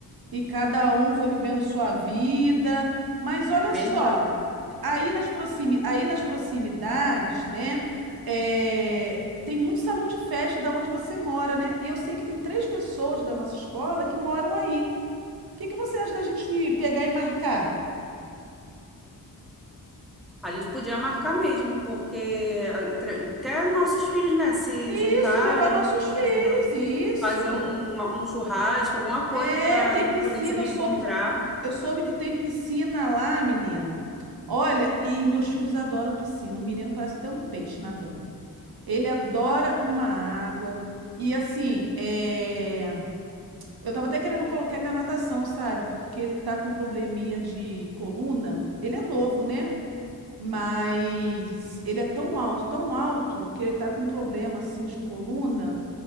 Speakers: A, on the right (about 80°); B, in the centre.
A: E cada um foi vivendo sua vida. Mas olha
B: Verdade.
A: só, aí nas proximi... aí nas proximidades, né? é, Tem muito salão de festa da onde você mora, né? E eu sei que tem três pessoas da nossa escola que moram aí. O que que você acha da gente pegar e marcar?
B: A gente podia marcar mesmo, porque a- tre- até nossos filhos, né, se
A: Isso,
B: juntarem,
A: levar nossos filhos,
B: fazer.
A: isso.
B: fazer um, um churrasco, alguma coisa
A: É,
B: para
A: tem
B: a gente
A: piscina,
B: poder se reencontrar.
A: eu soube que eu soube que tem piscina lá, menina. Olha, e meus filhos adoram piscina. O menino parece até um peixe nadando. Ele adora uma água. E assim, é, eu tava até querendo colocar ele na natação, sabe? Porque ele tá com um probleminha de coluna. Ele é novo, né? Mas ele é tão alto, tão alto, que ele tá com um problema assim de coluna